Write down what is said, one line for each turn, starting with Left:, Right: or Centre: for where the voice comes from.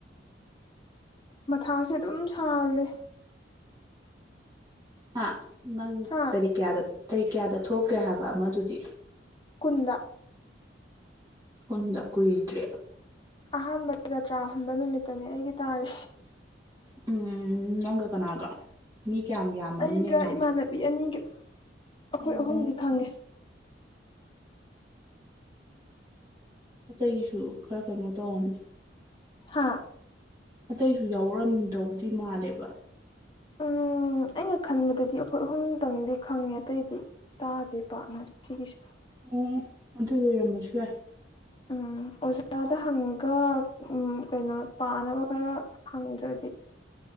Left: ꯃꯊꯥꯁꯦ ꯑꯗꯨꯝ ꯁꯥꯜꯂꯦ
Right: ꯍꯥ ꯅꯪ
Left: ꯍꯥ
Right: ꯇꯔꯤꯛ ꯀꯌꯥꯗ ꯇꯔꯤꯛ ꯀꯌꯥꯗ ꯊꯣꯛꯀꯦ ꯍꯥꯏꯕ ꯑꯃꯗꯨꯗꯤ
Left: ꯀꯟꯗ
Right: ꯀꯨꯟꯗ ꯀꯨꯏꯗ꯭ꯔꯦ
Left: ꯑꯍꯥꯟꯕ ꯖꯇ꯭ꯔꯥ ꯍꯨꯟꯕ ꯅꯨꯃꯤꯠꯇꯅꯦ ꯑꯩꯒꯤ ꯇꯥꯔ
Right: ꯎꯝ ꯅꯪꯒ ꯀꯅꯥꯒ ꯃꯤ ꯀꯌꯥꯝ ꯌꯥꯝꯕ
Left: ꯑꯩꯒ
Right: ꯃꯤꯅ ꯌꯥꯝꯗ꯭ꯔꯣ
Left: ꯏꯃꯥꯟꯅꯕꯤ ꯑꯅꯤꯒ ꯑꯩꯈꯣꯏ
Right: ꯑꯣ
Left: ꯑꯍꯨꯝꯗꯤ ꯈꯪꯉꯦ
Right: ꯑꯇꯩꯁꯨ ꯈꯔ ꯀꯩꯅꯣ ꯇꯧꯔꯅꯤ
Left: ꯍꯥꯥ
Right: ꯑꯇꯩꯁꯨ ꯌꯥꯎꯔꯝꯗꯧꯗꯤ ꯃꯥꯜꯂꯦꯕ
Left: ꯎꯝ ꯎꯝ ꯑꯩꯅ ꯈꯟꯕꯗꯗꯤ ꯑꯩꯈꯣꯏ ꯑꯍꯨꯝꯗꯪꯗꯤ ꯈꯪꯉꯦ ꯑꯇꯩꯗꯤ ꯇꯥꯗꯦ ꯄꯥꯛꯔꯅꯔ ꯁꯤꯒꯤꯁꯤ
Right: ꯎꯝ ꯎ ꯑꯗꯨ ꯂꯣꯏꯔꯝꯕꯁꯨ ꯌꯥꯏ
Left: ꯎꯝ ꯑꯣꯖꯥꯗ ꯍꯪꯉꯒ ꯎ ꯀꯩꯅꯣ ꯄꯥꯅꯕ ꯈꯔ ꯍꯪꯗ꯭ꯔꯗꯤ